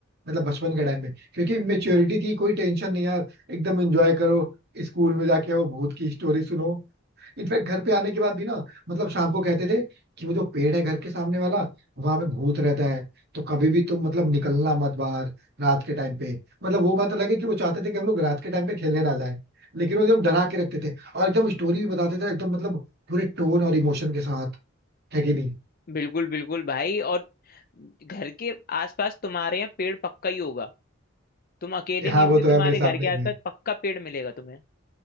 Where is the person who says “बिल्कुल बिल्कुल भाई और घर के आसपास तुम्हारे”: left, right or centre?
Left